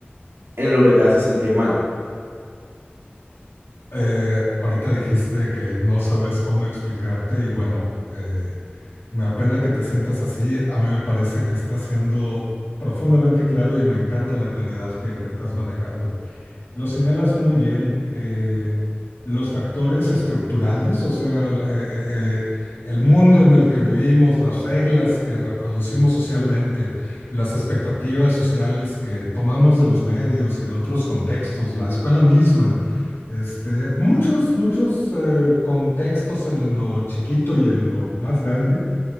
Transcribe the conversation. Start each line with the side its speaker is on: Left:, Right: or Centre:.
Right: en lo que te hace sentir mal.
Left: Eh, ahorita dijiste que no sabes cómo explicarte y bueno, eh, Me apena que te sientas así. A mí me parece que estás siendo profundamente claro y me encanta la claridad que, que estás manejando. Lo señalas muy bien. eh, los factores estructurales, o sea, el eh, eh, el mundo en el que vivimos, las reglas que reproducimos socialmente, las expectativas sociales que tomamos de los medios y de otros contextos, la escuela misma. Este, muchos, muchos eh, contextos en lo chiquito y en lo más grande